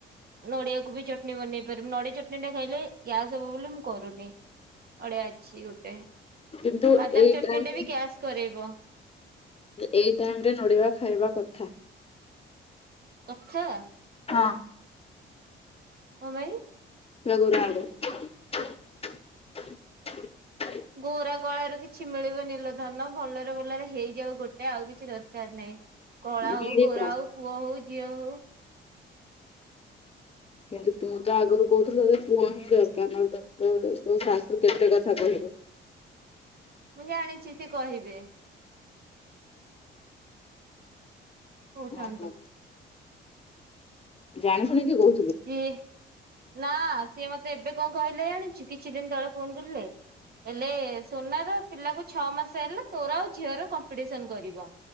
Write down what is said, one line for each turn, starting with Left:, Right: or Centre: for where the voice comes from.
Right: ନଡିଆକୁ ବି ଚଟଣି ବନେଇ ପାରିବି, ନଡିଆ ଚଟଣି ଟା ଖାଇଲେ ଗ୍ୟାସ ହବ ବୋଲି ମୁଁ କରୁନି। ନଡ଼ିଆ ଅଛି ଗୋଟେ।
Left: କିନ୍ତୁ
Right: ବାଦାମ
Left: ଏଇ
Right: ଚଟଣି
Left: ଟାଇମରେ
Right: ଟା ବି ଗ୍ୟାସ୍ କରେଇବ।
Left: ଏଇ ଟାଇମରେ ନଡିବା ଖାଇବା କଥା।
Right: କଥା?
Left: ହଁ।
Right: କଣ ପେଇଁ?
Left: <unintelligible>
Right: ଗୋରା କଳାରୁ କିଛି ମିଳିବନି ଲୋ ଧନ। ଭଲରେ ଭଲରେ ହେଇଯାଉ ଗୋଟେ ଆଉ କିଛି ଦରକାର ନାହିଁ। କଳା ହଉ
Left: ମିଳିବ।
Right: ଗୋରା ହଉ ପୁଅ ହଉ ଝିଅ ହଉ।
Left: କିନ୍ତୁ ତୁ ତ ଆଗରୁ କହୁଥିଲୁ ତ ପୁଅ ହିଁ ଦରକାର ନା ତ ତୋ ଶାଶୁ କେତେ କଥା କହୁ
Right: ମୁଁ ଜାଣିଚି ସେ କହିବେ। ହଉଥାନ୍ତୁ।
Left: ଓହୋ ଜାଣି ଶୁଣିକି କହୁ
Right: ହୁଁ। ନା ସିଏ ମତେ ଏବେ କଣ କହିଲେ ଜାଣିଚୁ କିଛି ଦିନ ତଳେ ଫୋନ କରିଥିଲେ? ହେଲେ ସୋନାର ପିଲାକୁ ଛଅ ମାସ ହେଲେ ତୋର ଆଉ ଝିଅର କମ୍ପିଟିସନ କରିବ।